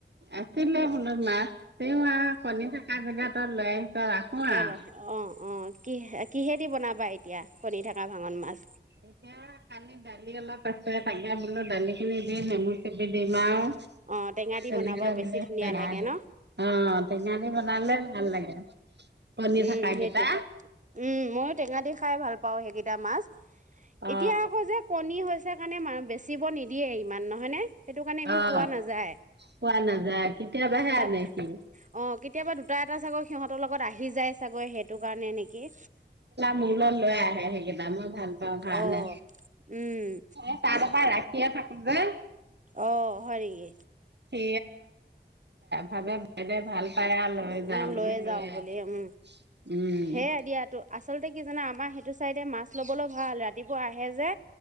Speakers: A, on the right; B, on the right.
A: আছিলে বোলো মাছ তেওঁ আৰু কণী থকা জেগাত লৈ আহিছ ৰাখো
B: তই
A: আৰু
B: লৈ আহিছ অ অ কি কিহেদি বনাবা এতিয়া কণী থকা ভাঙন মাছ
A: এতিয়া কালি দালি অলপ আছে তাকে বোলো দালিখিনি দি নেমু চেপি দিম আৰু
B: অঁ টেঙা দি
A: তেনেকা
B: বনাবা বেছি
A: বুলি
B: ধুনীয়া
A: টেঙা
B: লাগে
A: দি
B: ন
A: অ টেঙা দি বনালে ভাল লাগে কণী
B: উম
A: থকা
B: সেইটোৱে
A: কেইটা
B: উম ময়ো টেঙা দি খাই ভাল পাওঁ সেইকেইটা মাছ
A: অ
B: এতিয়া আকৌ যে কণী হৈছে কাৰণে ম বেচিব নিদিয়ে ইমান নহয়নে সেইটো কাৰণে ইমান
A: অ
B: পোৱা নাযায়
A: পোৱা নাযায় কেতিয়াবা হে
B: তাত
A: আনে সি
B: অ কেতিয়াবা দুটা এটা চাগৈ সিহঁতৰ লগত আহি যায় চাগৈ সেইটো কাৰণে নেকি
A: মোৰ লৈ লৈ আহে সেইকেইটা মই ভাল পাওঁ কাৰণে
B: অ উম
A: এ তাৰ আগপা ৰাখিয়ে থাকো যে
B: অ হয় নেকি
A: সি ভাবে বাইদেউ ভাল পায় আৰু লৈ যাওঁ
B: উম লৈয়ে
A: বুলি
B: যাওঁ
A: লৈ আহে
B: বুলি উম
A: উম
B: সেয়াই দিয়াতো আচলতে কি জানা আমাৰ সেইটো চাইডে মাছ লবলৈ ভাল ৰাতিপুৱা আহে যে